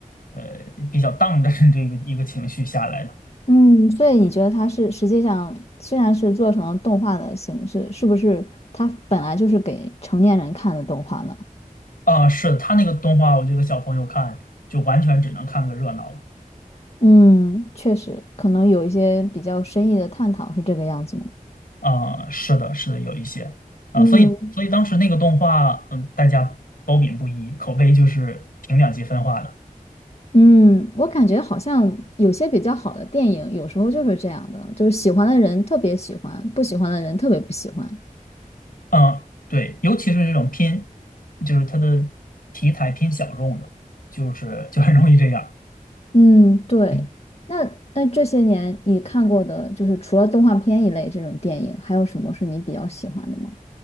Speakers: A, on the left (about 80°); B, on the left (about 45°).
A: 呃，比较 down 的这个一个情绪下来的。
B: 嗯，所以你觉得它是实际上虽然是做成了动画的形式，是不是它本来就是给成年人看的动画呢？
A: 啊，是的，他那个动画，我觉得小朋友看就完全只能看个热闹了。
B: 嗯，确实，可能有一些比较深意的探讨是这个样子吗？
A: 啊，是的，是的，有一些啊，
B: 嗯
A: 所以所以当时那个动画，嗯，大家褒贬不一，口碑就是挺两极分化的。
B: 嗯，我感觉好像有些比较好的电影，有时候就是这样的，就是喜欢的人特别喜欢，不喜欢的人特别不喜欢。
A: 嗯，对，尤其是这种偏，就是它的题材偏小众的，就是就很容易这样。
B: 嗯，对。
A: 嗯
B: 那那这些年你看过的，就是除了动画片一类这种电影，还有什么是你比较喜欢的吗？